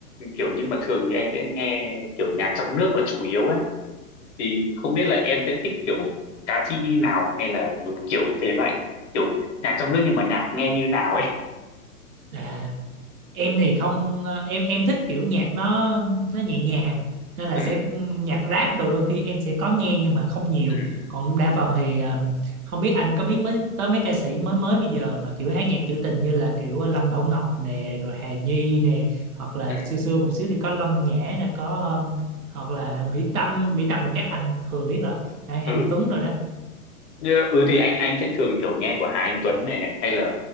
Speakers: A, on the left; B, on the right.
A: Kiểu nhưng mà thường thì anh sẽ nghe kiểu nhạc trong nước là chủ yếu ấy. Thì không biết là em sẽ thích kiểu ca sĩ nào hay là một kiểu thể loại kiểu nhạc trong nước nhưng mà nhạc nghe như nào ấy.
B: à em thì không ờ, em em thích kiểu nhạc nó nó nhẹ nhàng nên là
A: ừ
B: sẽ nhạc rap đồ đôi khi em sẽ có nghe nhưng mà không nhiều
A: ừ
B: còn đa phần thì ờ, không biết anh có biết mới tới mấy ca sĩ mới mới bây giờ mà kiểu hát nhạc trữ tình như là kiểu ờ, Lâm Bảo Ngọc nè rồi Hà Nhi nè hoặc là
A: ừ
B: xưa xưa một xíu thì có Lâm Nhã nè có ờ, hoặc là Mỹ Tâm Mỹ Tâm thì chắc anh thừa biết rồi hay Hạnh
A: ừ
B: Tuấn rồi đó
A: Như- ừ thì anh anh sẽ thường kiểu nghe của Hà Anh Tuấn này hay là